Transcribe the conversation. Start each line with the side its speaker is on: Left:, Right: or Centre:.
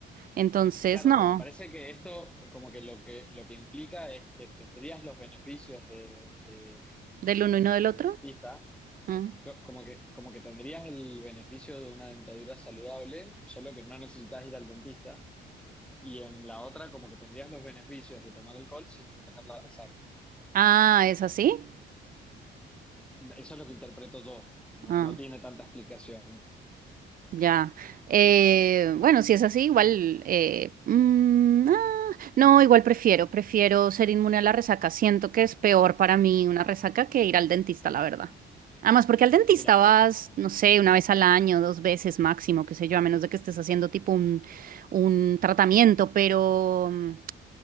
Right: Entonces,
Centre: Claro,
Right: no,
Centre: pero me parece que esto como que lo que, lo que implica es que tendrías los beneficios de, de-
Right: del
Centre: de
Right: uno
Centre: los-
Right: y no
Centre: del
Right: del otro.
Centre: dentista,
Right: Mm.
Centre: Co- como que, como que tendrías el beneficio de una dentadura saludable, solo que no necesitas ir al dentista, y en la otra como que tendrías los beneficios de tomar alcohol sin tener la resaca.
Right: Ah, ¿es así?
Centre: Eso es lo que interpreto yo. No,
Right: Ah.
Centre: no tiene tanta explicación.
Right: Ya. Eh, bueno, si es así, igual... eh, mm, ah, no, igual prefiero, prefiero ser inmune a la resaca. Siento que es peor para mí una resaca que ir al dentista, la verdad. Además, porque al dentista
Centre: Mira,
Right: vas,
Centre: te-
Right: no sé, una vez al año, dos veces máximo, qué sé yo, a menos de que estés haciendo tipo un, un tratamiento, pero mm,